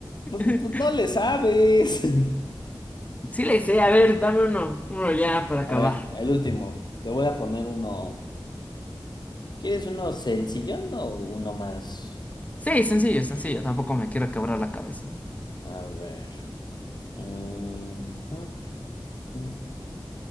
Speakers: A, on the left (about 15°); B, on the left (about 50°).
A: <laughs>
B: Pues, pues no le sabes. <laughs>
A: Sí le hice, a ver, dame uno, uno ya para acabar.
B: A ver, el último. Te voy a poner uno. ¿Quieres uno sencillón o uno más?
A: Sí, sencillo, sencillo,
B: durito?
A: tampoco me quiero quebrar la cabeza.
B: A ver. Mm. <laughs>